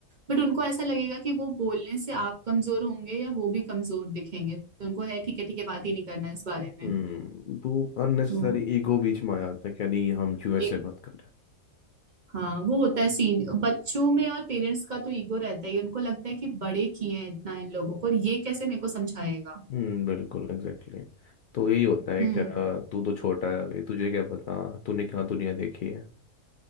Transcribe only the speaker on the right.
बट उनको ऐसा लगेगा कि वो बोलने से आप कमजोर होंगे या वो भी कमजोर दिखेंगे तो उनको है ठीक है ठीक है बात ही नहीं करना इस बारे
में
तो
ये
हाँ वो होता है सीन बच्चों में और पेरेंट्स का तो ईगो रहता ही है। उनको लगता है कि बड़े किए हैं इतना इन लोगों को और ये कैसे मेरे को समझाएगा
हम्म